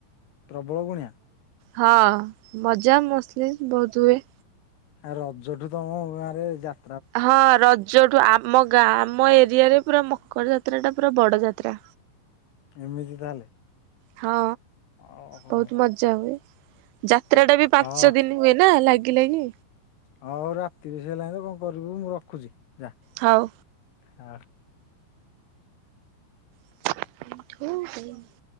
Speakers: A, on the left (about 65°); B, on the right (about 85°).
A: ପ୍ରବଳ କୁଣିଆ?
B: ହଁ ମଜା ମସ୍ଲିସି୍ ବହୁତ ହୁଏ।
A: ଆଉ ରଜଠୁ ତମ ଗାଁ ରେ ଯା
B: ହଁ ରଜଠୁ ଆମ ଗାଁ ଆମ ଏରିଆ ରେ ପୁରା ମକର ଯାତ୍ରା ଟା ପୁରା ବଡ଼ ଯାତ୍ରା।
A: ଏମିତି ତାହେଲେ?
B: ହଁ
A: ଓ ହଉ
B: ବହୁତ୍ ମଜା ହୁଏ। ଯାତ୍ରା ଟା ବି ପାଞ୍ଚ
A: ହଁ
B: ଦିନ ହୁଏ ନା ଲାଗିଲାଗି।
A: ହଉ ହଉ ରାତି ବେଶୀ ହେଲାଣି ତୁ କଣ କରିବୁ ମୁଁ ରଖୁଛି ଯାଆ।
B: ହଉ।
A: <unintelligible>
B: <inaudible>